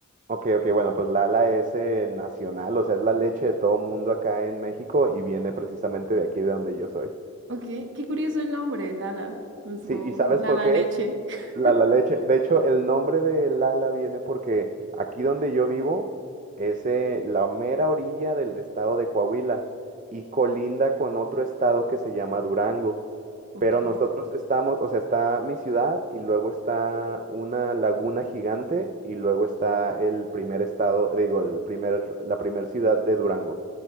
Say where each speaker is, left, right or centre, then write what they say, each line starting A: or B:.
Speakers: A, on the right (about 35°); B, on the right (about 55°).
A: ok, ok, bueno, pues Lala es eh, nacional, o sea, es la leche de todo mundo acá en México y viene precisamente de aquí de donde yo soy.
B: Ok, qué curioso el nombre, Lala. Es
A: Sí,
B: como
A: ¿y sabes
B: Lala
A: por qué
B: Leche.
A: es?
B: <laughs>
A: La La Leche. De hecho, el nombre de Lala viene porque aquí donde yo vivo es eh, la mera orilla del estado de Coahuila y colinda con otro estado que se llama Durango.
B: Ok,
A: Pero nosotros estamos, o sea, está mi ciudad y luego está una laguna gigante y luego está el primer estado, digo, el primer, la primer ciudad de Durango.